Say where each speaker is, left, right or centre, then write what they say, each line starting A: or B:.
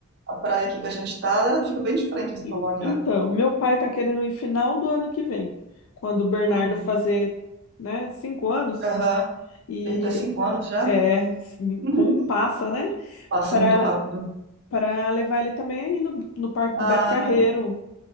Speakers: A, on the right; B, on the left.
A: A praia aqui que a gente tá ela fica bem de frente, assim,
B: E-
A: pra Balneário.
B: Então, meu pai tá querendo ir final do ano que vem, quando o Bernardo
A: Hum.
B: fazer, né, cinco anos.
A: Aham.
B: E
A: Eita, cinco anos já?
B: é, assim,
A: <laughs>
B: como passa, né?
A: Passa
B: Para
A: muito rápido.
B: Para levar ele também aí no, no Parque do
A: Ah,
B: Beto Carreiro.